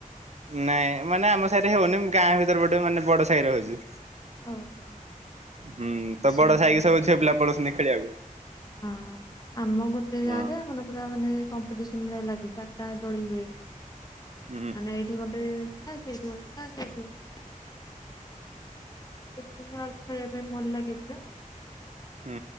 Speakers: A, on the right (about 50°); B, on the left (about 25°).
A: ନାଇଁ ମାନେ ଆମ ସାହିରେ ହିଁ ହୋଉନି ଗାଁ ଭିତରେ ପଟେ ମାନେ ବଡ ସାହି ଆଡେ ହୋଉଚି।
B: ଓହୋ ହୋ
A: ହୁଁ
B: ଆଚ୍ଛା
A: ତ ବଡ
B: ଆଚ୍ଛା
A: ସାଇକି ସବୁ ଝିଅ ପିଲା ପଳଉଚନ୍ତିି ଖେଳିବାକୁ।
B: ହଁ ଆମ ଗୋଟେ
A: ହଁ
B: ଗାଁ ରେ ଆମର ପୁରା ମାନେ କମ୍ପିଟିସନ ଭଳିଆ ଲାଗେ ଚାରିଟା ଦୋଳି ହୁଏ।
A: ହୁଁ
B: ଆ ଏଇଠି ଗୋଟେ ଲା ସେଠ ଲା ସେଠ ଲା <unintelligible>
A: ହୁଁ